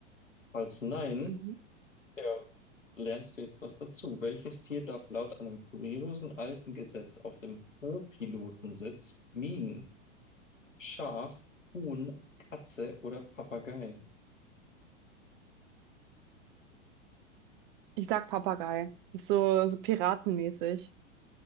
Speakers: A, on the left (about 75°); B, on the right (about 40°).
A: Falls nein,
B: Mhm.
A: Ja, lernst du jetzt was dazu. Welches Tier darf laut einem kuriosen alten Gesetz auf dem Co-Pilotensitz fliegen? Schaf, Huhn, Katze oder Papagei?
B: Ich sag Papagei. Das ist so, so piratenmäßig.